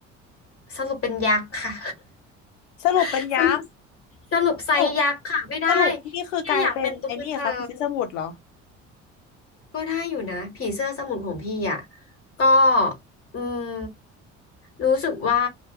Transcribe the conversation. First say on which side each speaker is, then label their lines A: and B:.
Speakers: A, on the left; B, on the left.
A: สรุปเป็นยักษ์ค่ะ
B: สรุปเป็นยักษ์
A: <laughs> สรุปสรุปไซส์ยักษ์ค่ะไม่ได้
B: สรุปสรุปนี่คือกลายเป็นไอ้นี่ค่ะพิชิตสมุทรเหรอ
A: พี่แค่อยากเป็นตุ๊กตา ก็ได้อยู่นะผีเสื้อสมุนของพี่อ่ะก็อืมรู้สึกว่า